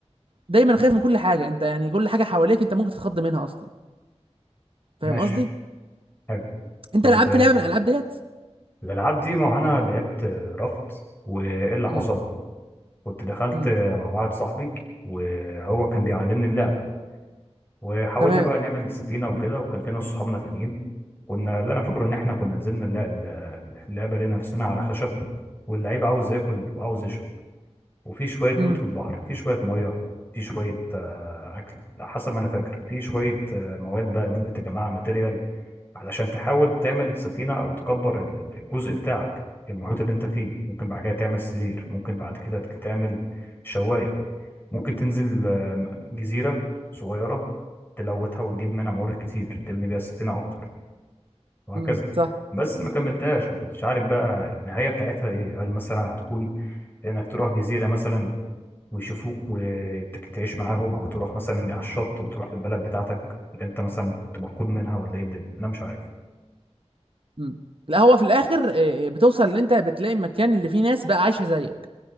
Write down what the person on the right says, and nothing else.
دايما خايف من كل حاجه انت يعني كل حاجه حواليك انت ممكن تتخض منها اصلا فاهم
قصدي
انت
لعبت لعبه من الالعاب ديت
امم
امم
تمام
امم
امم صح
امم لا هو في الاخر آه، آه، بتوصل ان انت بتلاقي المكان اللي فيه ناس بقى عايشه زيك